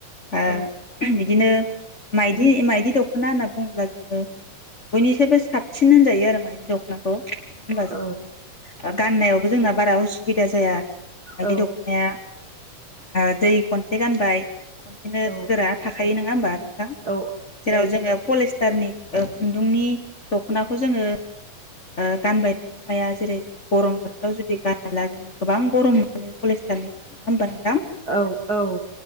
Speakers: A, on the left; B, on the right.
A: ओ
B: औ
A: बिदिनो माइ दि माइदि दख'ना होनना बुङोब्ला जोङो बयनिसायबो साबसिन होनजायो आरो माइदि दख'नाखौ <unintelligible> होनबा
B: औ
A: जोङो गाननायावबो जोंना बारा असुबिदा जाया मायदि
B: औ
A: दख'नाया ओ दै खनसे गानबाय खनसेनो
B: औ
A: गोरा थाखायो नों ना होनबा थां
B: औ
A: जेराव जोङो पलिस्टारनि ओ खुन्दुंनि दख'नाखौ जोङो ओ गानबाय थानो हाया जेरै गरम बोथोराव जुदि गानोब्ला जों गोबां गरम मोनो पलिस्टारनिखौ नङा होनबा नों
B: औ औ